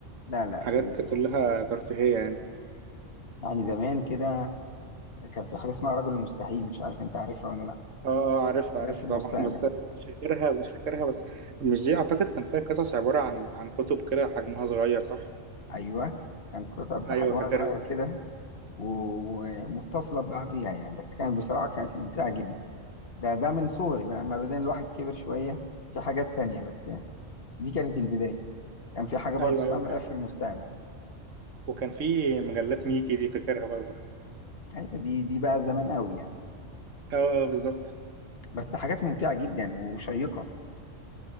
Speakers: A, on the left; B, on the right.
A: لا, لا.
B: حاجات
A: القصص
B: كلها ترفيهية يعني
A: يعني زمان كده كان في حاجه اسمها رجل المستحيل مش عارف انت عارفها ولا لا
B: اه اه عارفها
A: ده
B: عارفها
A: في المستقبل
B: طبعا <laughs> بس أنا مش فاكرها مش فاكرها بس مش دي اعتقد كان فيها قصص عبارة عن عن كتب كده حجمها صغير صح؟
A: ايوه كان كتب بحجمها
B: ايوه فاكرها
A: صغير كده و- ومتصله ببعضيها يعني بس كانت بصراحه كانت ممتعه جدا ده ده من صغري بقى ما بعدين الواحد كبر شويه في حاجات تانية بس دي كانت البدايه كان في حاجه برضو
B: ايوه
A: اسمها
B: ايوه
A: ملف
B: كان
A: المستقبل
B: وكان في مجلات ميكي دي فاكرها برضه
A: ايوه دي دي بقى زمان قوي يعني
B: اه آه، بالظبط
A: بس حاجات ممتعة جدا وشيقة